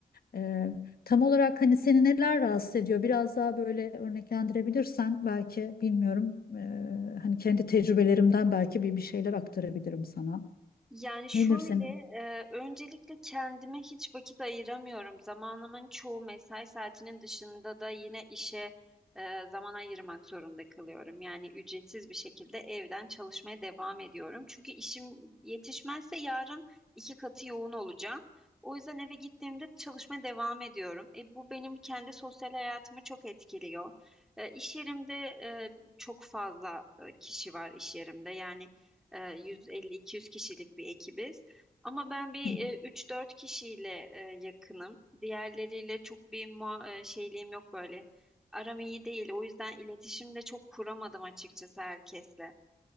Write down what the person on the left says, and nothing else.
E, tam olarak hani seni neler rahatsız ediyor? Biraz daha böyle örneklendirebilirsen belki bilmiyorum. e, hani kendi tecrübelerimden belki bir bir şeyler aktarabilirim sana.
Nedir senin?
Hı